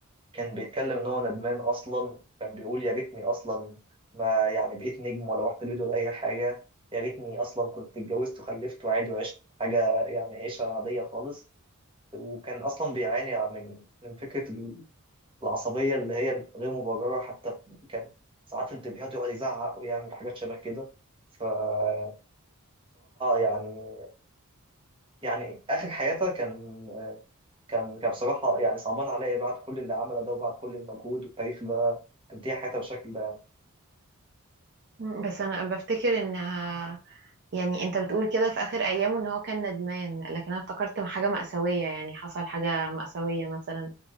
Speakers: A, on the right; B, on the right.
A: كان بيتكلم ان هو ندمان اصلا كان بيقول يا ريتني اصلا ما يعني بقيت نجم ولا رحت البيض ولا اي حاجه يا ريتني اصلا كنت اتجوزت وخلفت وعادي وعشت حاجه يعني عيشه عاديه خالص وكان اصلا بيعاني من من فكره العصبيه اللي هي غير مبرره حتى كان ساعات في انترفيوهات يقعد يزعق ويعمل حاجات شبه كده فبصراحه يعني يعني اخر حياته كان كان كان بصراحة يعني صعبان عليا بعد كل اللي عمله ده وبعد كل المجهود والتاريخ ده تنتهي حياتها بالشكل ده يعني
B: مم، بس أنا بفتكر إنها يعني انت بتقول كده في اخر ايامه ان هو كان ندمان لكن انا افتكرت حاجه مأساويه يعني حصل حاجه مأساويه مثلا